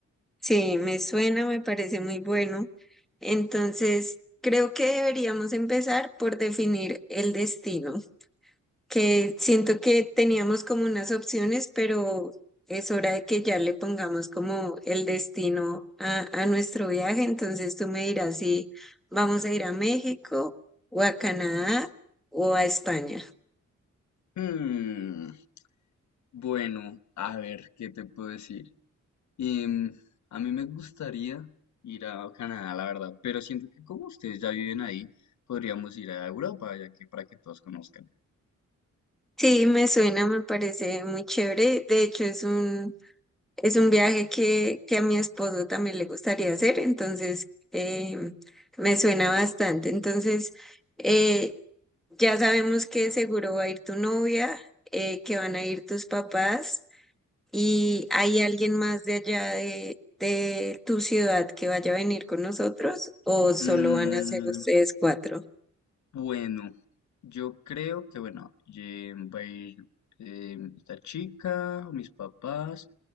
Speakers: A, in the centre; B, on the left.
A: Sí, me suena, me parece muy bueno. Entonces, creo que deberíamos empezar por definir el destino, que siento que teníamos como unas opciones, pero es hora de que ya le pongamos como el destino a, a nuestro viaje. Entonces, tú me dirás si vamos a ir a México o a Canadá o a España.
B: Hmm, bueno, a ver, ¿qué te puedo decir? Y mm, a mí me gustaría ir a Canadá, la verdad, pero siento que como ustedes ya viven ahí, podríamos ir a Europa, ya que para que todos conozcan.
A: Sí, me suena, me parece muy chévere. De hecho, es un, es un viaje que, que a mi esposo también le gustaría hacer, entonces eh, me suena bastante. Entonces, eh, ya sabemos que seguro va a ir tu novia, eh, que van a ir tus papás y hay alguien más de allá de, de tu ciudad que vaya a venir con nosotros o solo
B: Mm,
A: van a ser ustedes cuatro.
B: bueno, yo creo que, bueno, ye- va a ir em, esta chica, mis papás,